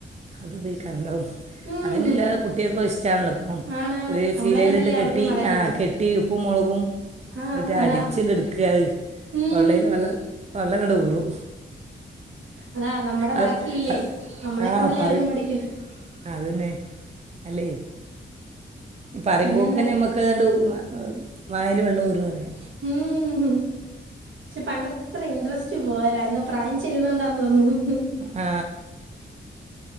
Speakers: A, on the right; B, on the right.
A: അതുപയോഗിക്കാറുണ്ടാവും
B: ഉം
A: അതിനല്ലാ കുട്ട്യാൾക്കും ഇഷ്ട്ടാണല്ലോ മ്
B: ആണാണ്
A: ഒര്
B: നമ്മളെ
A: ഷീലേലിട്ട്
B: കണ്ടല്ലേ
A: കെട്ടി
B: അവരും വളരുന്നേ
A: ആ കെട്ടി ഉപ്പും മുളകും
B: ആഹ്
A: എന്നിട്ട്
B: അതാ
A: അടിച്ചിണ്ട് എട്ക്ക ആ
B: ഉം
A: തൊള്ളേല് വെള്ളം വെള്ളം ങ്ങട്ട് ഉറും.
B: അതാ നമ്മടെ
A: അത്
B: ബാക്കിയല്ലേ
A: അത്
B: നമ്മളൊക്കെ
A: ആ
B: കണ്ടെല്ലേ
A: പറയും
B: അവരും പഠിക്കണെ
A: അതന്നെ അല്ലേ പറയുമ്പോക്ക്നെ
B: പിന്നെന്താ
A: നമ്മക്ക് ആണ്ട് ഉ മ വായേൽ വെള്ളം ഊറും പറിയാ
B: മ് മ് പക്ഷെ പണ്ടത്തെ അത്ര ഇൻട്രസ്റ്റ് പോ ര എന്താ പ്രായം ചെയ്യുന്നതോണ്ടാന്ന് തോന്നുന്നു.
A: ആ